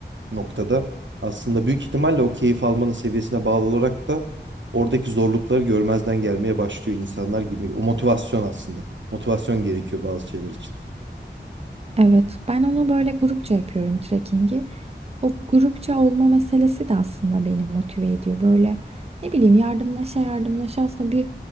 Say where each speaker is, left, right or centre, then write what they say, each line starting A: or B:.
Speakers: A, on the right; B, on the right.
A: noktada aslında büyük ihtimalle o keyif almanın seviyesine bağlı olarak da oradaki zorlukları görmezden gelmeye başlıyor insanlar gibi. O motivasyon aslında. Motivasyon gerekiyor bazı şeyler için.
B: Evet, ben onu böyle grupça yapıyorum trekkingi. O grupça olma meselesi de aslında beni motive ediyor. Böyle ne bileyim yardımlaşa yardımlaşa aslında bir